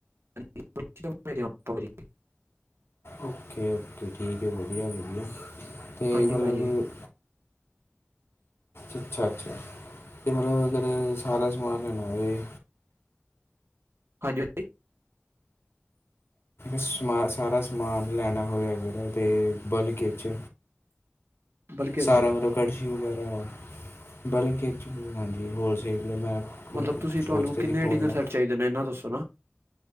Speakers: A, on the right; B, on the left.
A: <unintelligible>
B: ਓਕੇ ਓਕੇ ਠੀਕ ਹੈ ਵਧੀਆ ਵਧੀਆ ਅਤੇ
A: ਹਾਂਜੀ
B: ਮਤਲਬ
A: ਭਾਜੀ
B: ਅੱਛਾ ਅੱਛਾ ਇਹ ਮਤਲਬ ਅਗਰ ਸਾਰਾ ਸਮਾਨ ਲੈਣਾਏ
A: ਹਾਂਜੀ ਹਾਂਜੀ
B: ਸਮਾ ਸਾਰਾ ਸਮਾਨ ਲੈਣਾ ਹੋਏ ਅਗਰ ਤੇ ਬਲਗ ਚ
A: ਬਲਕਿ
B: ਸਾਰਾ
A: ਚ
B: ਮਤਲਬ ਕੜਛੀ ਵਗੈਰਾ ਬਲਕ, ਹਾਂਜੀ ਹੋਲਸੇਲ ਮੈਂ ਖੋ
A: ਮਤਲਬ
B: ਕੇ
A: ਤੁਸੀਂ ਤੁਹਾਨੂੰ
B: ਸੋਚ ਰਿਹਾ
A: ਕਿੰਨੇ
B: ਸੀ ਖੋਲ੍ਹ
A: ਡਿਨਰ
B: ਲਾ
A: ਸੈੱਟ ਚਾਹੀਦੇ ਨੇ ਇਹਨਾਂ ਦੱਸੋ ਨਾ